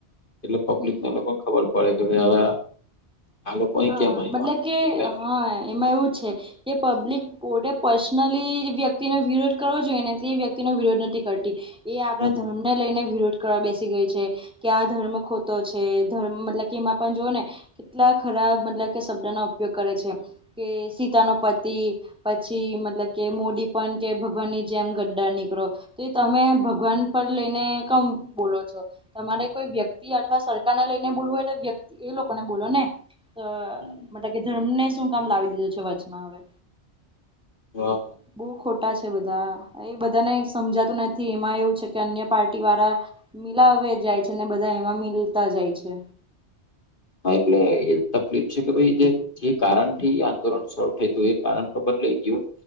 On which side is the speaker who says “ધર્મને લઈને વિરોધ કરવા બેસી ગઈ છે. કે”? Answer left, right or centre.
Centre